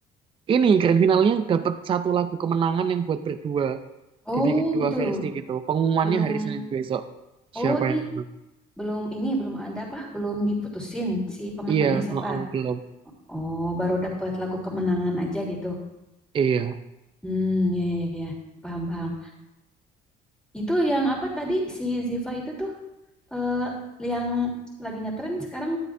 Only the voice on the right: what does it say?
Ini grand finalnya dapat satu lagu kemenangan yang buat berdua
dibikin dua
versi gitu. Pengumumannya
hari Senin besok.
Siapa yang
menang?
Iya,
heeh, belum.
Iya.